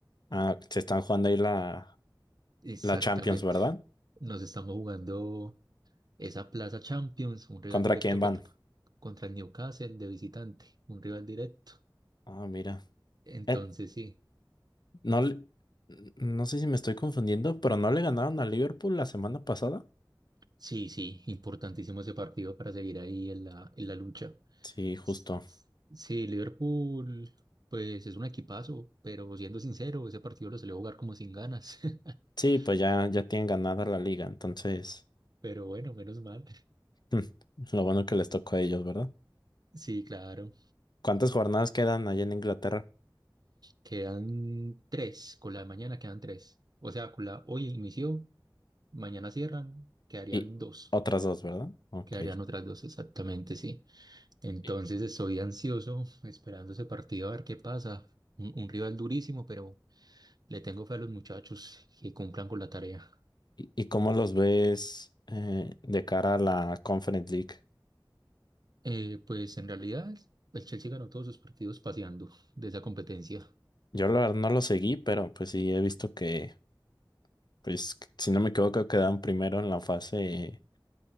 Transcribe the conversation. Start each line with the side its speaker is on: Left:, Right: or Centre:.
Left: Ah, se están jugando ahí la,
Right: Exactamente.
Left: la Champions, ¿verdad?
Right: Nos estamos jugando esa Plaza Champions, un rival
Left: ¿Contra
Right: directo
Left: quién van?
Right: contra, contra el Newcastle de visitante, un rival directo.
Left: Ah, mira.
Right: Entonces
Left: Eh,
Right: sí.
Left: no, le- no sé si me estoy confundiendo, pero ¿no le ganaron a Liverpool la semana pasada?
Right: Sí, sí, importantísimo ese partido para seguir ahí en la, en la lucha.
Left: Sí, justo.
Right: S- s- Sí, Liverpool, pues es un equipazo, pero siendo sincero, ese partido lo salió a jugar como sin ganas. <laughs>
Left: Sí, pues ya, ya tienen ganada la liga, entonces.
Right: Pero bueno, menos mal.
Left: <laughs> Lo bueno que les tocó a ellos, ¿verdad?
Right: Sí, claro.
Left: ¿Cuántas jornadas quedan allá en Inglaterra?
Right: Quedan tres, con la de mañana quedan tres. O sea, con la hoy inició, mañana cierran, quedarían
Left: Y
Right: dos.
Left: otras dos, ¿verdad? Ok.
Right: Quedarían otras dos, exactamente, sí. Entonces
Left: ¿Y,
Right: estoy ansioso, esperando ese partido a ver qué pasa. Un, un rival durísimo, pero Le tengo fe a los muchachos que cumplan con la tarea.
Left: y- y cómo los ves eh, de cara a la Conference League?
Right: Eh, pues en realidad el Chelsea ganó todos sus partidos paseando de esa competencia.
Left: Yo la verdad no lo seguí, pero pues sí he visto que, pues si no me equivoco, quedaron primero en la fase